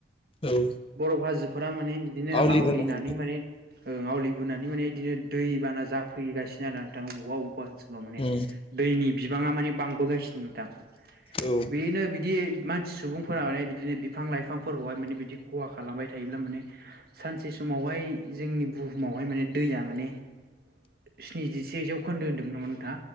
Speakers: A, on the left (about 30°); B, on the right (about 55°).
A: औ
B: बरफ हाजोफोरा माने बिदिनो
A: आवलिबोनो
B: आवलिनानै
A: हमदों
B: माने ओ आवलिबोनानै माने बिदिनो दैबाना जाफैगासिनो आरो नोंथाङा बबेबा बबेबा ओनसोलाव माने
A: उम
B: दैनि बिबाङा माने। बांबोगासिनो नोंथां
A: औ
B: बिदिनो बिदि। मानसि सुबुंफोरा माने बिदिनो बिफां लाइफांफोरखौहाय माने बिदि खहा खालामबाय थायोब्ला माने सानसे समावहाय जोंनि बुहुमावहाय माने दैया माने स्निजिसे जौखोन्दो होनदोंमोन।